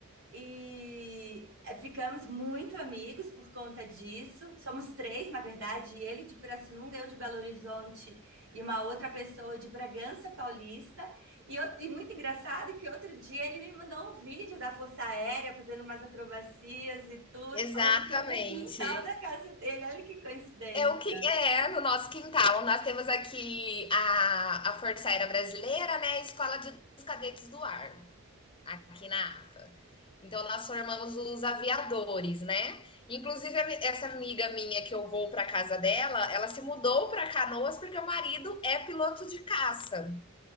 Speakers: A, on the right (about 60°); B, on the left (about 25°).
A: E eh, ficamos muito amigos por conta disso. Somos três, na verdade, ele de Pirassununga, eu de Belo Horizonte e uma outra pessoa de Bragança Paulista. E, eu- e muito engraçado que outro dia ele me mandou um vídeo da Força Aérea fazendo umas acrobacias e tudo.
B: exatamente.
A: Falou que veio do quintal da casa dele. Olha que coincidência.
B: É o que é no nosso quintal. Nós temos aqui a, a Força Aérea Brasileira, né? A Escola de, dos Cadetes do Ar, aqui na AFA. Então, nós formamos os aviadores, né? Inclusive, a mi- essa amiga minha que eu vou para casa dela, ela se mudou para Canoas porque o marido é piloto de caça.